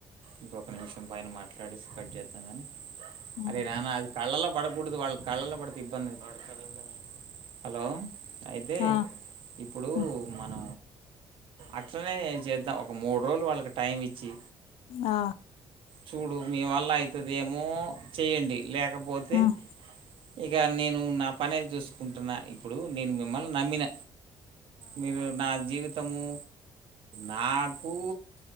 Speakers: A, on the right; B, on the left.
A: ఇంకొక నిమిషం పైన మాట్లాడేసి కట్ జేద్దాం గాని
B: హ్మ్.
A: అరే నాన్న అది కళ్ళలో బడకూడదు వాళ్ళకి కళ్ళల్లో బడ్తే ఇబ్బంది ఐతది హలో అయితే
B: ఆ!
A: ఇప్పుడు
B: హ్మ్.
A: మన అట్లనే జేద్దాం ఒక మూర్రోలు వాళ్ళకి టైమిచ్చి
B: ఆ
A: చూడు మీ వల్ల అయితదేమో చేయండి లేకపోతే
B: హ్మ్.
A: ఇగ్ ఇగా నేను నా పనేది జూస్కుంటున్నా ఇప్పుడు నేను మిమ్మల్ని నమ్మిన మీరు నా జీవితము నాకు